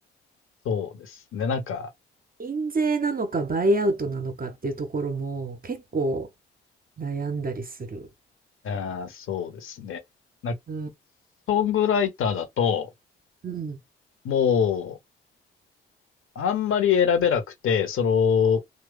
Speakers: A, on the left; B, on the right.
A: そうですね。なんか、
B: 印税なのかバイアウトなのかっていうところも結構悩んだりする。
A: あそうですね。なんか、
B: うん。
A: ソングライターだと、
B: うん
A: もう、あんまり選べなくて、その、